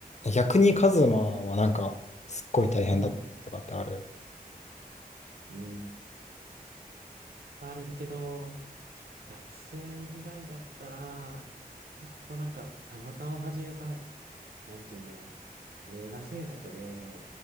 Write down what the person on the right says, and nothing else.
うん。うん。あるけど、結構学生時代だったら、ちょっとなんか、たまたま始めた、なんて言うんだろう。映画制作で、